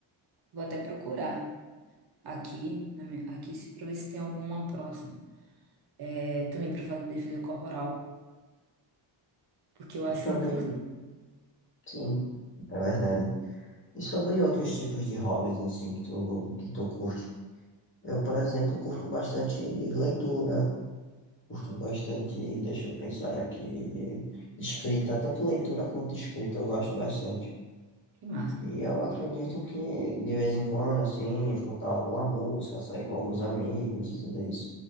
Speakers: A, on the right; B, on the left.
A: vou até procurar. aqui, na minha- aqui se- pra ver se tem alguma próxima. É, também pra fazer defesa corporal, porque eu acho
B: E sobre,
A: importante,
B: sim, é verdade. E sobre outros tipos de hobbies, assim, que tu, que tu curte? Eu, por exemplo, curto bastante leitura, curto bastante, deixa eu pensar aqui, escrita, tanto leitura quanto escrita, eu gosto bastante.
A: Que massa.
B: E eu acredito que, de vez em quando, assim, escutar alguma música, sair com alguns amigos e tudo isso.